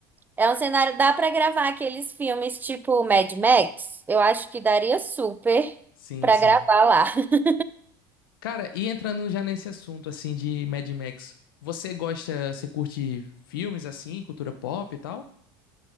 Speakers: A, on the right (about 15°); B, on the left (about 85°).
A: É um cenário, dá pra gravar aqueles filmes tipo Mad Max? Eu acho que daria super
B: Sim,
A: pra
B: sim.
A: gravar lá. <laughs>
B: Cara, e entrando já nesse assunto, assim, de Mad Max, você gosta, você curte filmes, assim, cultura pop e tal?